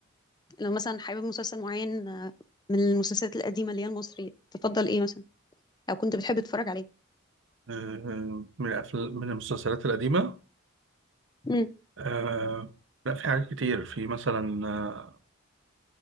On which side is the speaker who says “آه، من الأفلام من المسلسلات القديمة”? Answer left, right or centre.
Right